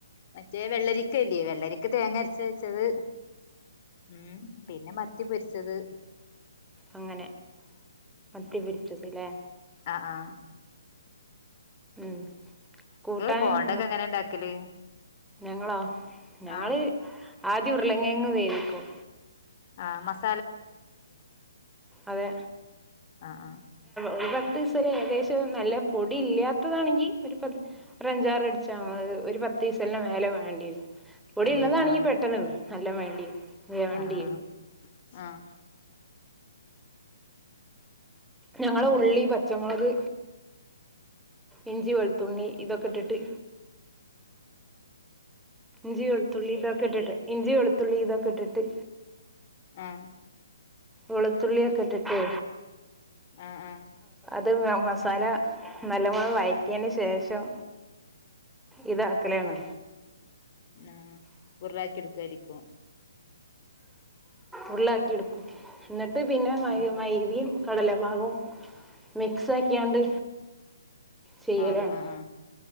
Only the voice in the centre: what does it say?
അങ്ങനെ മത്തി പൊരിച്ചത് ലെ
ഉം കൂട്ടാന്
എന്താ,
ഞങ്ങളാ?, ഞങ്ങള്
ആദ്യ ഉരുളകിഴങ്ങ് വേവിക്കും
അതെ,
ഒരു പത്ത് പത്ത് ദിവസരെ ഏകദേശം നല്ല പൊടി ഇല്ലാത്തതാണെങ്കിൽ ഒരു പ അഞ്ചാറ് അടിച്ചാ മതി വിസിലിന്റെ മേലെ വേണ്ടിവരും പൊടി
ഉള്ളതാണങ്കീ
പെട്ടന്ന്, നല്ല വേണ്ടിയ വ വേണ്ടി,
ഞങ്ങള് ഉള്ളി പച്ചമുളക് ഇഞ്ചി വെളുത്തണ്ണി ഇതൊക്കെ ഇട്ടിട്ട് ഇഞ്ചി വളുത്തുള്ളി ഇതൊക്കെ ഇട്ടിട്ട് ഇഞ്ചി വെളുത്തുള്ളി ഇതൊക്കെ ഇട്ടിട്ട്
വെളുത്തുള്ളിയൊക്കെട്ടിട്ട്
അത് മസാല നല്ലപോലെ വഴറ്റിയതിന് ശേഷം ഇതാക്കലാണ്
ഉരുളാക്കി എടുക്കും, എന്നിട്ട് പിന്നെ മൈ
മൈതീം, കടലമാവും മിക്സ് ആക്കിയാണ്ട് ചെയ്യലാണ്